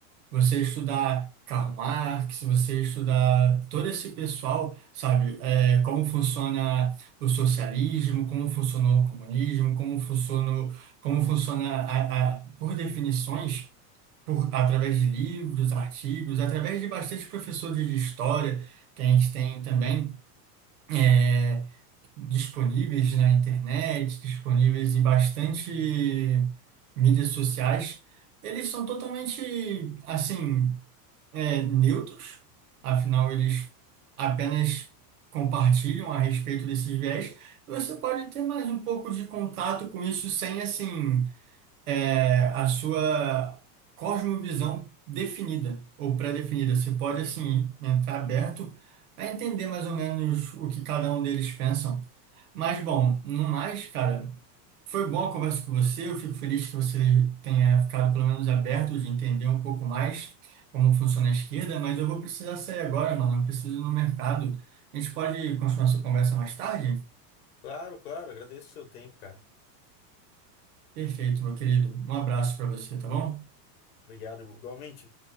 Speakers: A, on the right; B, on the left.
A: Você estudar Karl Marx, você estudar todo esse pessoal, sabe? É, como funciona o socialismo, como funcionou o comunismo, como funcionou, como funciona a, a- por definições, por, através de livros, artigos, através de bastante professores de história que a gente tem também. É, disponíveis na internet, disponíveis em bastante mídias sociais, eles são totalmente, assim, é, neutros, afinal, eles apenas compartilham a respeito desses viés. E Você pode ter mais um pouco de contato com isso sem, assim, é, a sua cosmovisão definida ou pré-definida. Você pode, assim, entrar aberto a entender mais ou menos o que cada um deles pensa. Mas bom, no mais, cara, foi boa a conversa com você. Eu fico feliz que você tenha ficado pelo menos aberto de entender um pouco mais como funciona a esquerda, mas eu vou precisar sair agora, mano. Eu preciso ir no mercado. A gente pode continuar essa conversa mais tarde?
B: Claro, claro, agradeço o seu tempo, cara.
A: Perfeito, meu querido. Um abraço para você, tá bom?
B: Obrigado, igualmente.